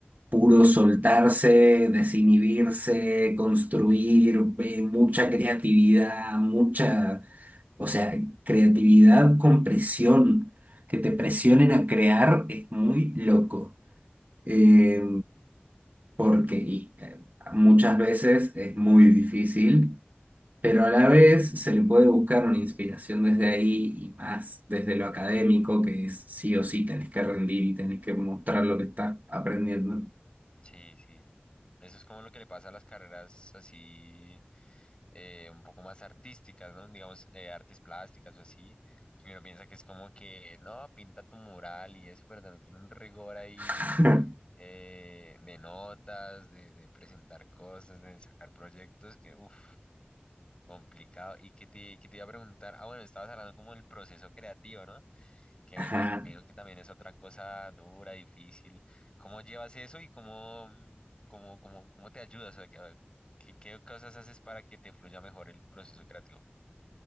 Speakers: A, on the right; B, on the left.
A: puro soltarse, desinhibirse, construir, eh, mucha creatividad, mucha, o sea, creatividad con presión, que te presionen a crear es muy loco, Eh, porque y, eh, muchas veces es muy difícil. Pero a la vez se le puede buscar una inspiración desde ahí y más desde lo académico, que es sí o sí tenés que rendir y tenés que mostrar lo que estás aprendiendo.
B: Sí, sí. Eso es como lo que le pasa a las carreras así, eh, un poco más artísticas, ¿no? Digamos, eh, artes plásticas o así. Y uno piensa que es como que, no, pinta tu mural y eso, pero también tiene un rigor ahí
A: <laughs>
B: eh, de notas, de, de presentar cosas, de sacar proyectos, que uff. Complicado. ¿Y qué te, qué te iba a preguntar? Ah, bueno, estabas hablando como del proceso creativo, ¿no? Que
A: Ajá.
B: me imagino que también es otra cosa dura, difícil. ¿Cómo llevas eso y cómo, cómo, cómo, cómo te ayudas? O sea, que- ¿Qué, qué cosas haces para que te fluya mejor el proceso creativo?